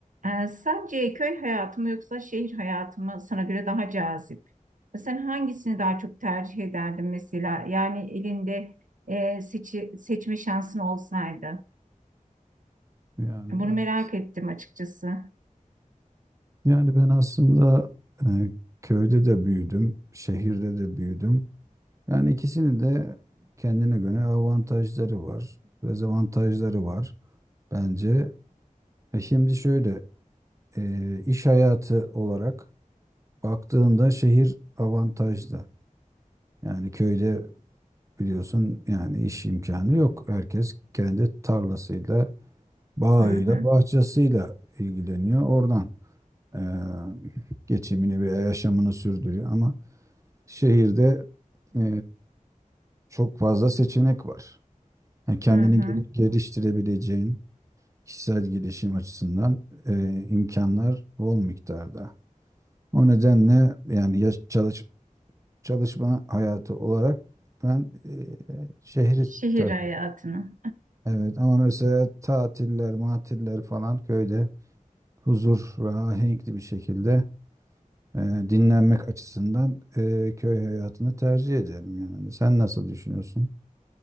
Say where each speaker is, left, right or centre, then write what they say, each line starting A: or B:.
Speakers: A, on the right; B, on the right.
A: Ee, sence köy hayatı mı yoksa şehir hayatı mı sana göre daha cazip? Sen hangisini daha çok tercih ederdin mesela? Yani elinde e, seçi, seçme şansın olsaydı.
B: Yani
A: Bunu
B: ben
A: merak ettim açıkçası.
B: yani ben aslında e, köyde de büyüdüm, şehirde de büyüdüm. Yani ikisinin de kendine göre avantajları var, dezavantajları var bence. E şimdi şöyle e, iş hayatı olarak baktığında şehir avantajlı. Yani köyde biliyorsun yani iş imkanı yok. Herkes kendi tarlasıyla, bağıyla,
A: Hı hı,
B: bahçesiyle ilgileniyor oradan. e, geçimini veya yaşamını sürdürüyor. Ama şehirde e, çok fazla seçenek var. Yani kendini
A: hı hı.
B: gel- geliştirebileceğin kişisel gelişim açısından e, imkanlar bol miktarda. O nedenle yani yaş- çalış, çalışma hayatı olarak ben e, şehri
A: Şehir
B: tercih
A: hayatını.
B: ederim. Evet ama mesela tatiller, matiller falan köyde huzur ve ahenkli bir şekilde e, dinlenmek açısından e, köy hayatını tercih ederim yani. Sen nasıl düşünüyorsun?